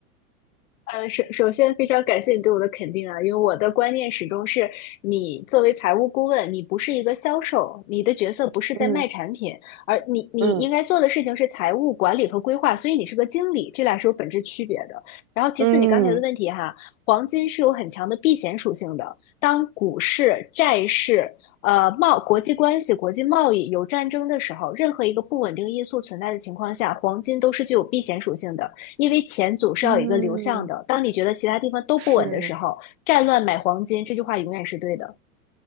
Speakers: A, on the left; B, on the right.
A: 呃，首首先非常感谢你对我的肯定啊，因为我的观念始终是，你作为财务顾问，你不是一个销售，你的角色不是在卖产品，
B: 嗯
A: 而你你应该做的事情是财务管理和规划，
B: 嗯
A: 所以你是个经理，这俩是有本质区别的。然后其次，
B: 嗯
A: 你刚才的问题哈，黄金是有很强的避险属性的，当股市、债市。呃，贸国际关系、国际贸易有战争的时候，任何一个不稳定因素存在的情况下，黄金都是具有避险属性的。因为钱总是要有一个流向的。
B: 嗯，
A: 当你觉得其他地方都不稳的时候，
B: 是。
A: 战乱买黄金这句话永远是对的。